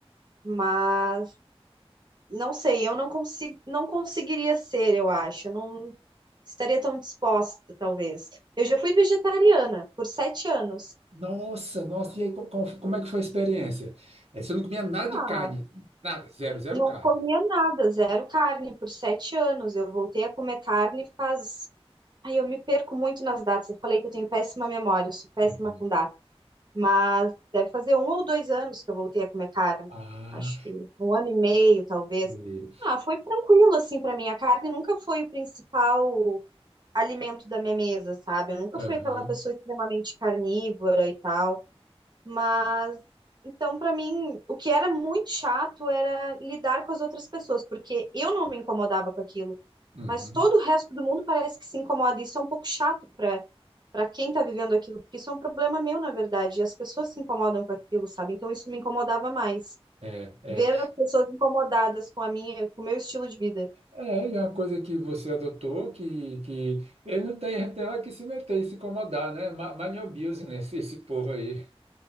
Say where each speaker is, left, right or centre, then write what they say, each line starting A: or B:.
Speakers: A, on the right; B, on the right.
A: mas não sei, eu não consigo, não conseguiria ser, eu acho, eu não estaria tão disposta, talvez. Eu já fui vegetariana por sete anos.
B: Nossa, nossa, e aí co- co- como, é que foi a experiência? É, você não comia nada
A: Ah,
B: de carne, nada, zero, zero
A: Não
B: carne.
A: comia nada, zero carne por sete anos. Eu voltei a comer carne faz. Aí eu me perco muito nas datas. Eu falei que eu tenho péssima memória, eu sou péssima
B: Uhum.
A: com data. Mas deve fazer um ou dois anos que eu voltei a comer carne.
B: Ah,
A: Acho que um ano e meio, talvez.
B: e-
A: Ah, foi tranquilo, assim, para mim. A carne nunca foi o principal alimento da minha mesa, sabe? Eu nunca
B: aham,
A: fui aquela pessoa extremamente carnívora e tal. Mas então, para mim, o que era muito chato era lidar com as outras pessoas, porque eu não me incomodava com aquilo,
B: uhum.
A: mas todo o resto do mundo parece que se incomoda. Isso é um pouco chato para para quem tá vivendo aquilo, porque isso é um problema meu, na verdade, e as pessoas se incomodam com aquilo, sabe? Então, isso me incomodava mais.
B: É, é,
A: Ver as pessoas incomodadas com a minha, com o meu estilo de vida.
B: é e é uma coisa que você adotou que, que ele não tem, tem hora que se meter e se incomodar, né? Ma- Mind your esse, esse povo aí.